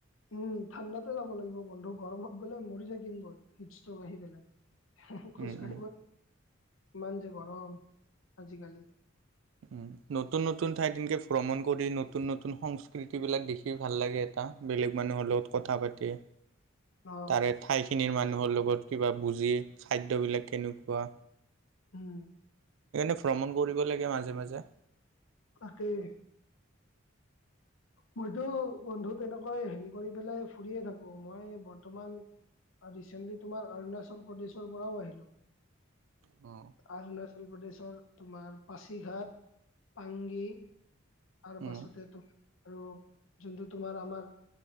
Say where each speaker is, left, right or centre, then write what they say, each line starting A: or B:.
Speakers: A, on the left; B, on the right.
A: উম, ঠাণ্ডাতে যাব লাগিব বন্ধু গৰমত গ'লে মৰি থাকিম গৈ হিট ষ্টভ আহি পেলাই। হুহু খোজ
B: উম
A: কাঢ়িব,
B: উম
A: ইমান যে গৰম আজিকালি।
B: উম, নতুন নতুন ঠাইত এনেকে ভ্ৰমণ কৰি নতুন নতুন সংস্কৃতিবিলাক দেখি ভাল লাগে। আহ বেলেগ মানুহৰ লগত কথা পাতি।
A: অ
B: তাৰে ঠাইখিনিৰ মানুহৰ লগত কিবা বুজি খাদ্যবিলাক কেনেকুৱা?
A: উম।
B: সেইকাৰণে ভ্ৰমণ কৰিব লাগে মাজে - মাজে।
A: তাকেই। মইতো বন্ধু তেনেকৈ হেৰি কৰি পেলাই ফুৰিয়ে থাকো, মই বৰ্তমান আৰু ৰিচেণ্টলি তোমাৰ অৰুণাচল প্ৰদেশৰ পৰাও আহিলো।
B: অ।
A: অৰুণাচল প্ৰদেশৰ তোমাৰ পাছিঘাট, পাংগী আৰু পাছতে
B: উম
A: তোক আৰু যোনটো তোমাৰ আমাৰ